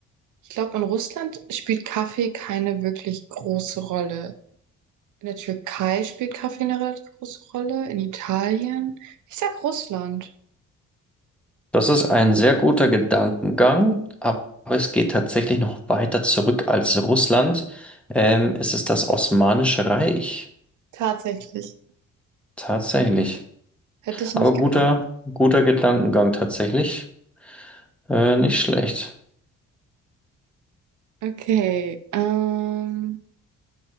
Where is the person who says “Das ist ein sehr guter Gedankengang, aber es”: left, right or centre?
Centre